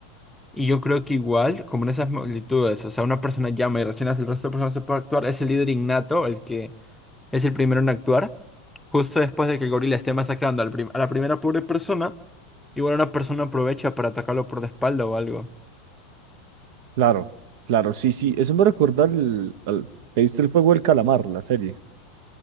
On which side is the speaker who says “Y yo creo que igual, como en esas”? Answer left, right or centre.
Centre